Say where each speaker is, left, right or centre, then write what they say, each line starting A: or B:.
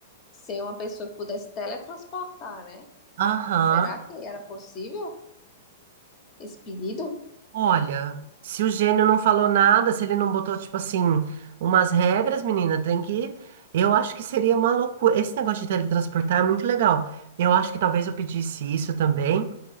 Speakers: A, on the left; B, on the right.
A: ser uma pessoa que pudesse teletransportar, né?
B: Aham.
A: Será que era possível esse pedido?
B: Olha, se o gênio não falou nada, se ele não botou, tipo assim, umas regras, menina, tem que. Eu acho que seria uma loucura. Esse negócio de teletransportar é muito legal. Eu acho que talvez eu pedisse isso também.